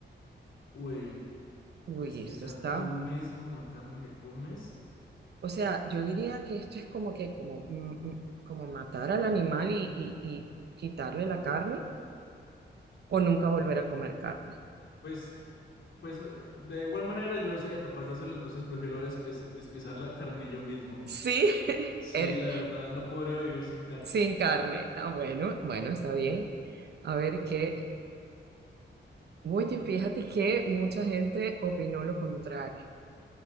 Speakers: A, on the left (about 90°); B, on the right (about 60°).
A: Uy,
B: Uy,
A: despiezar
B: esto está.
A: tú mismo la carne que comes.
B: O sea, yo diría que esto es como que como, mm, mm, como matar al animal y, y- y quitarle la carne o nunca volver a comer carne.
A: Pues, pues eh, de igual manera yo sería capaz de hacerlo, entonces prefiero despe- despiezar la carne yo mismo.
B: Sí, <laughs>
A: Sí,
B: er-
A: la verdad, no podría vivir sin carne.
B: sin carne. Ah, bueno, bueno, está bien. A ver qué. Oye, fíjate que mucha gente opinó lo contrario.